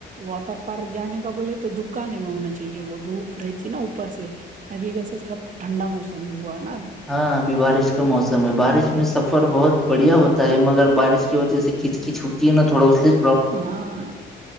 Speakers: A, on the right; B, in the centre.
A: واٹر پارک جانے کا بولے تو دپ دکانے میں ہونا چاہیے وہ دھوپ رہی تھی نا اوپر سے ابھی کیسے سب ٹھنڈا موسم ہوا نا اب
B: ہاں ابھی بارش کا موسم ہے بارش میں سفر بہت بڑھیا ہوتا ہے مگر بارش کی وجہ سے کھچ کچ ہوتی ہے ناوڑا ب صرف
A: ہاں